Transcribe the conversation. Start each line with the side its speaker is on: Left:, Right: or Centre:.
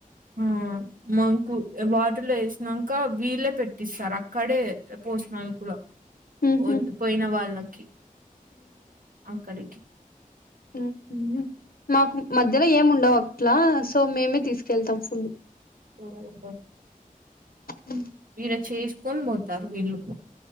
Right: ఆ మాకు వాటర్లో వేసినంక వీళ్ళే పెట్టిస్తారు అక్కడే పోసినాలు కూడా
Left: హమ్
Right: వద్
Left: హమ్
Right: పోయిన వాళ్ళకి అక్కడికి
Left: హామ్ <inaudible> మాకు మధ్యలో ఏము ఉండవు అట్లా సో మేమే తీసుకెళ్తాం ఫుల్
Right: <inaudible>
Left: అ
Right: ఇడ చేసుకొని పోతారు వీళ్ళు